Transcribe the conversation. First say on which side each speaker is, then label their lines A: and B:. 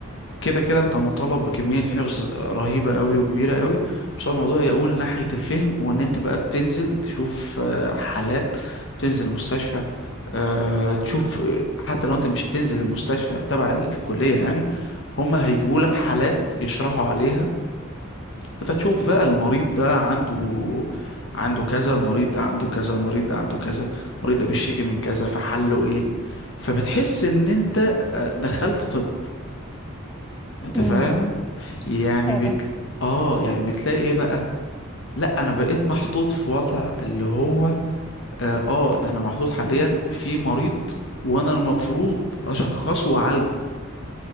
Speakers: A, on the left; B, in the centre.
A: كده كده انت مطالب بكمية حفظ رهيبة قوي وكبيرة قوي بس هو الموضوع يقول ناحية الفهم وان انت بقى بتنزل تشوف آه، حالات بتنزل مستشفى آه، تشوف آه، حتى لو انت مش هتنزل المستشفى تبع الكلية يعني هما هيجيبوا لك حالات يشرحوا عليها فانت تشوف بقى المريض ده عنده عنده كذا المريض ده عنده كذا المريض ده عنده كذا المريض ده بيشتكي من كذا فحله ايه فبتحس ان انت آه، دخلت طب انت
B: امم
A: فاهم يعني
B: اه
A: بت...
B: فاهم
A: اه يعني بتلاقي ايه بقى لا انا بقيت محطوط في وضع اللي هو اه آه، ده انا محطوط حاليا في مريض وانا المفروض اشخصه واعالجه